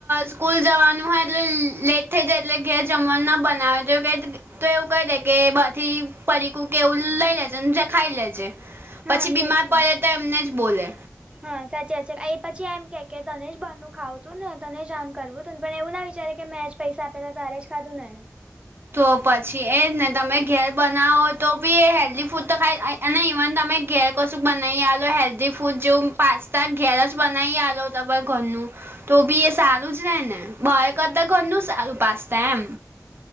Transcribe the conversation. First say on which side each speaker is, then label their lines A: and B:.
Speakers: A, on the right (about 45°); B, on the right (about 20°).
A: સ્કૂલ જવાનું હોય એટલે લેટ થઈ જાય એટલે ઘેર જમવા ના બનાવેજ કે. તો એવું કહી દે કે બાથી. પરીકું કે એવું લઈ લેજે જે ખાઈ લેજે પછી
B: હા
A: બીમાર
B: સાચી વાત
A: પડે
B: છે.
A: તો એમને જ બોલે.
B: હા સાચી વાત છે એ પછી એમ કે તને જ બારનું ખાવું તું ને તને જ આમ કરવું હતું ને પણ એવું ના વિચારે. કે મેં જ પૈસા આપે તારે જ ખાધું ને.
A: તો પછી એ જ ને તમે ઘેર બનાવો તો બી એ હેલ્ધી ફૂડ તો ખાઈ. અને ઇવન તમે ઘેર કશું બનાવી આલો હેલ્ધી ફૂડ જેવ પાસ્તા ઘેર જ બનાવી આલો. ઘરનું તો બી એ સારું જ રે ને બહાર કરતા
B: હા
A: ઘરનું સારું પાસ્તા એમ.